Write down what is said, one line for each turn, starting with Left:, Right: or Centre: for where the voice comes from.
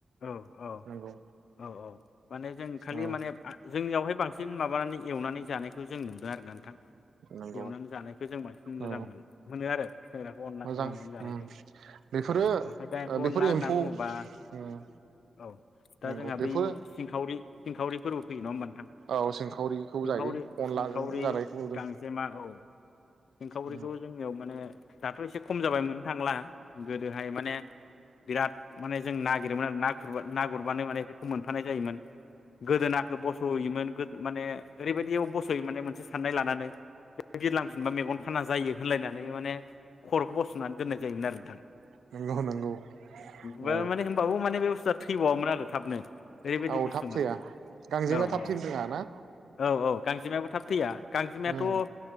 Left: औ औ
Right: नंगौ
Left: औ औ माने जों खालि
Right: औ
Left: माने। जोंनियावहाय बांसिन माबानानै एवनानै जानाय। खौ जों नुदों आरोना नोंथां
Right: नंगौ
Left: एवनानै जानायखौ जों बांसिन मोजां
Right: औ
Left: मोनो मोनो आरो खुसेंग्राखौ अनला
Right: मोजां
Left: एवनानै जानायखो
Right: उम बेफोरो
Left: औ ओमफ्राय दा एम्फौ
Right: ओ बेफोर
Left: अनला होनना बुङोबा
Right: उम
Left: औ दा
Right: नंगौ
Left: जोंहा
Right: बेफोर
Left: बै सिंखावरि सिंखावरि फोरबो फैयो होमबा नङा। नोंथां सिंखावरि
Right: औ सिंखावरिखौ जायो अनलाजों
Left: सिंखावरि
Right: जानायखौ नुदों
Left: गांजेमा औ सिंखावरिखौ
Right: उम
Left: जोंनियाव माने दाथ' एसे खम जाबाय मोन थांला गोदोहाय माने बिराद माने जों नागिरोमोन आरो ना गुरबा ना गुरबानो माने इफोरखो मोनफानाय जायोमोन। गोदोनाखो बस'होयोमोन माने ओरैबायदियाव बस'योमोन माने मोनसे साननाय लानानै बिरलांफिनबा मेगन खाना जायो होनलायनानै माने खर'खौ बथ'नानै दोननाय जायोमोन आरो नोंथां। औ
Right: नंगौ नंगौ औ
Left: बो माने होमबाबो माने बे बुस्थुवा थैबावामोन आरो। थाबनो ओरैबायदि
Right: औ
Left: बुस्थुमोन
Right: थाब थैया गांजेमा
Left: नौ
Right: थाब
Left: औ
Right: थैनो रोङा ना
Left: औ औ गांजेमायाबो थाब थैया गांजेमायाथ'
Right: उम